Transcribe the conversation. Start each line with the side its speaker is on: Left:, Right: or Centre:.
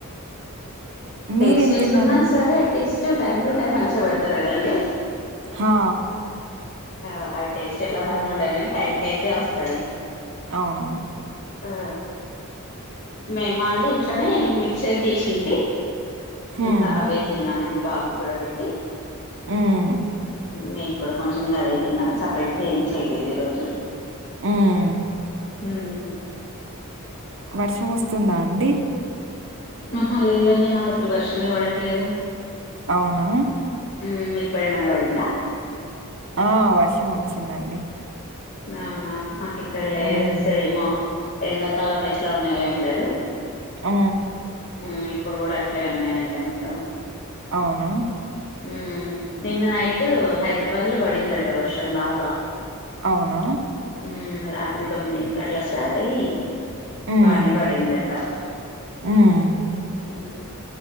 Left: టేస్ట్
Right: మీరేం
Left: ఎట్లున్నా
Right: తిన్నారండి?
Left: సరే at least. Two time to time మంచిగా పెడతారు కదండి
Right: హా
Left: ఆ అవి టేస్ట్ ఎట్లన్న ఉండాని గానీ టైంకి అయితే వస్తది
Right: అవునవును
Left: ఆ మేమా అండి ఇంట్లోనే మిక్చర్ దీసింటి
Right: హ్మ్.
Left: ఇంక అవే తిన్నామండి బాబుగ్గుడ బెట్టి
Right: ఊమ్
Left: మేమ కూడా కొంచెం ఇంగ అదే తిన్నాం సపరేట్ గా ఏం చేయలేదు ఈ రోజు
Right: ఊమ్
Left: ఊమ్
Right: వర్షం వస్తుందా అండి
Left: ఆహా లేదండి మాకు అసలు వర్షమే బడట్లేదు
Right: అవునా
Left: హుమ్ నీ పై ఏమైనా పడిందా.
Right: ఆ వర్షమొచ్చిందండి
Left: అవునా మాకి ఇక్కల్లేదు
Right: హ్మ్.
Left: సేము ఎండాకాలం ఎట్లా ఉన్నాయొ ఎండలు
Right: ఆ
Left: మ్ ఇప్పుడు గూడా అట్లే ఉన్నాయండి మొత్తం
Right: అవునా
Left: ఊమ్ నిన్న నైటు హైదరాబాద్ లో బడిందంట వర్షం బాగా
Right: అవునా
Left: ఉమ్ రాత్రి తొమ్మిదింటికి అట్లా స్టార్ట్ అయ్య్
Right: హ్మ్.
Left: బానే పడిందటా
Right: హ్మ్.
Left: ఊ